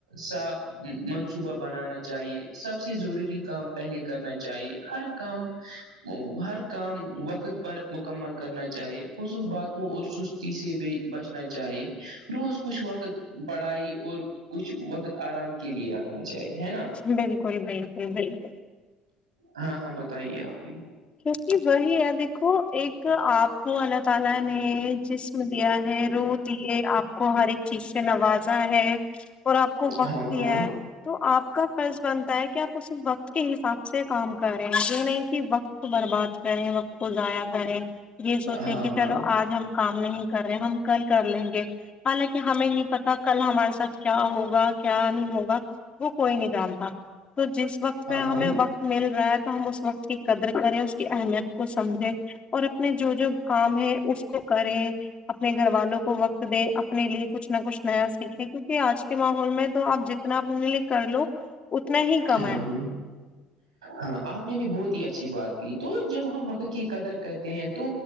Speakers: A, on the right (about 85°); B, on the left (about 35°).
A: سا منصوبہ بنانا چاہیے سب سے ضروری کام پہلے کرنا چاہیے ہر کام و ہر کام وقت پر مکمل کرنا چاہیے فضول باتوں اور سستی سے بھی بچنا چاہیے روز کچھ وقت پڑھائی اور کچھ وقت آرام کے لیے را رہنا چاہیے
B: بالکل بالکل بالکل
A: ہاں ہاں بتائیے آپ بھی
B: کیونکہ وہی ہے دیکھو ایک آپ کو اللہ تعالی نے جسم دیا ہے روح دیے آپ کو ہر ایک چیز سے نوازا ہے اور آپ کو وقت
A: ہاں
B: دیا
A: ہاں
B: ہے تو آپ کا فرض بنتا ہے کہ آپ اسے وقت کے حساب سے کام کر رہے ہیں یہ نہیں کہ وقت کو برباد کریں وقت کو ضائع کریں یہ سوچیں
A: ہاں
B: کہ
A: ہاں
B: چلو
A: ہاں
B: آج ہم کام نہیں کر رہے ہم کل کر لیں گے حالانکہ ہمیں نہیں پتا کل ہمارے ساتھ کیا ہوگا کیا نہیں ہوگا وہ کوئی نہیں جانتا تو جس وقت پہ
A: ہاں
B: ہمیں وقت مل رہا ہے تو ہم اس وقت کی قدر کریں اس کی اہمیت کو سمجھیں اور اپنے جو جو کام ہے اس کو کرے اپنے گھر والوں کو وقت دے اپنے لیے کچھ نہ کچھ نیا سیکھے کیونکہ آج کے ماحول میں تو آپ ج اتنا آ پنے لیے کر لو اتنا ہی کم
A: ہاں
B: ہے
A: ہاں ہاں آپ نے بھی بہت ہی اچھی بات کی تو جب ہم وقت کی قدر کرتے ہیں تو